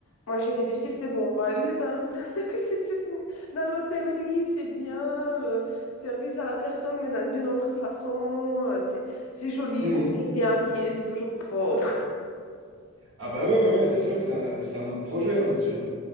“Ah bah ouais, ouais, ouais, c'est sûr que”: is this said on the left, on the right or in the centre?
Right